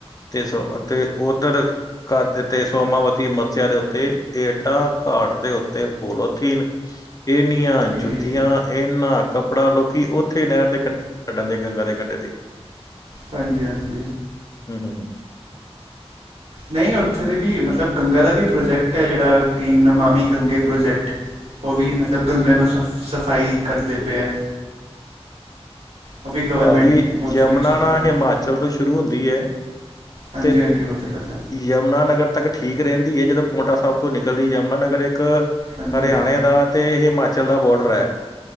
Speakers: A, on the left (about 35°); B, on the right (about 75°).
A: ਤੇ ਸਨ ਉੱਧਰ ਘਾਟ 'ਤੇ ਸੋਮਾਵਤੀ ਮੱਸਿਆ ਦੇ ਉੱਤੇ, ਏਨਾ ਘਾਟ ਦੇ ਉੱਤੇ ਪੋਲੋਥੀਨ! ਇਹ ਨਿਆ ਜੁੱਤੀਆਂ
B: ਜੀ
A: ਇੰਨਾ ਕੱਪੜਾ ਲੋਕੀ ਉੱਥੇ ਨਹਿਰ ਦੇ ਕੰਢੇ ਛੱਡਣਦੇ, ਗੰਗਾ ਦੇ ਕੰਢੇ ਤੇ।
B: ਹਾਂਜੀ, ਹਾਂਜੀ।
A: ਹਮ ਹਮ
B: ਨਹੀਂ, ਉੱਥੇ ਦੀ ਵੀ ਮਤਲਬ ਗੰਗਾ ਦਾ ਵੀ ਪ੍ਰਾਜੈਕਟ ਹੈ, ਜਿਹੜਾ ਨਮਾਮੀ ਗੰਗੇ ਪ੍ਰੋਜੈਕਟ। ਉਹ ਵੀ ਮਤਲਬ ਗੰਗਾ ਨੂੰ ਸਫਾਈ ਕਰਦੇ ਪਏ ਹੈ।
A: <inaudible>
B: ਉਹ ਵੀ ਗਵਰਮੈਂਟ
A: ਭਾਜੀ,
B: ਉੱਥੋਂ
A: ਯਮੁਨਾ
B: ਦੀ ਚਲਾ
A: ਨਾ
B: ਰਹੀ
A: ਹਿਮਾਚਲ
B: ਹੈ
A: ਤੋਂ ਸ਼ੁਰੂ ਹੁੰਦੀ ਹੈ।
B: ਹਾਂਜੀ,
A: ਤੇ
B: ਹਾਂਜੀ, ਉਹ ਤਾਂ ਪਤਾ।
A: ਯਮੁਨਾ ਨਗਰ ਤੱਕ ਠੀਕ ਰਹਿੰਦੀ ਹੈ। ਜਦੋਂ ਪੋਂਟਾ ਸਾਹਿਬ ਤੋਂ ਨਿਕਲਦੀ, ਯਮੁਨਾ ਨਗਰ ਇੱਕ
B: ਹਾਂਜੀ
A: ਹਰਿਆਣੇ ਦਾ ਤੇ ਹਿਮਾਚਲ ਦਾ ਬਾਰਡਰ ਹੈ,